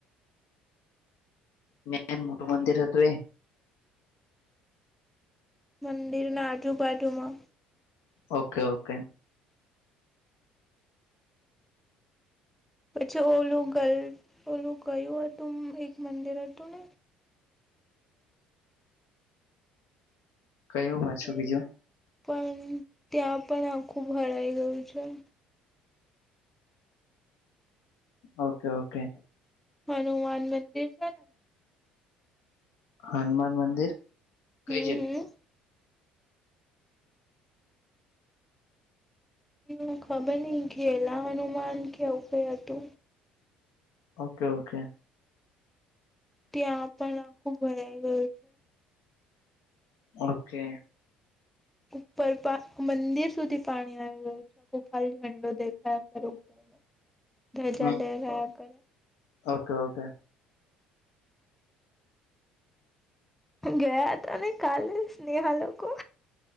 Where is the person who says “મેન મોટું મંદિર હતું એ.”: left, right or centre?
Left